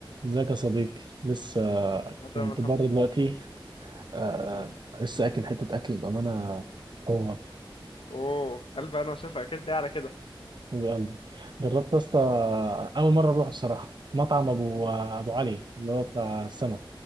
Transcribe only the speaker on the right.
ازيك يا صديقي لسه
كنت
بره
دلوقتي آه
لسه اكل حته اكل بامانه هو
من قلبي جربت يا اسطى اول مره اروح بصراحه مطعم ابو
ابو علي اللي هو بتاع السمك